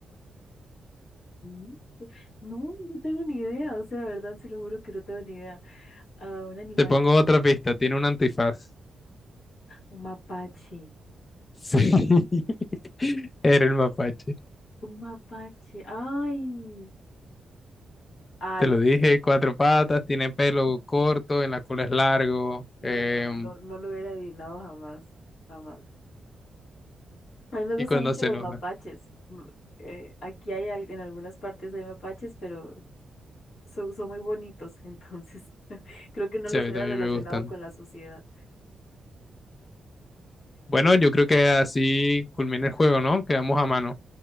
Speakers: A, on the left (about 75°); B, on the left (about 40°).
A: Mm, No, no tengo ni idea. O sea, de verdad, se lo juro que no tengo ni idea. Ah, un animal,
B: Te pongo otra pista, tiene un antifaz.
A: un mapache.
B: Sí, <laughs> era el mapache.
A: Un mapache. Ay, ay,
B: Te lo dije, cuatro patas, tiene pelo corto, en la cola es largo,
A: no,
B: em,
A: no, no lo hubiera adivinado jamás, jamás. A mí me gustan
B: y cuando
A: mucho
B: se
A: los
B: enoja.
A: mapaches. Mm, eh, aquí hay al- en algunas partes hay mapaches, pero son, son muy bonitos, <laughs> entonces <laughs> creo que no
B: Sí,
A: los
B: a mí
A: hubiera
B: también
A: relacionado
B: me gustan.
A: con la sociedad.
B: Bueno,
A: Pero
B: yo creo que así culmina el juego, ¿no? Quedamos a mano,
A: sí,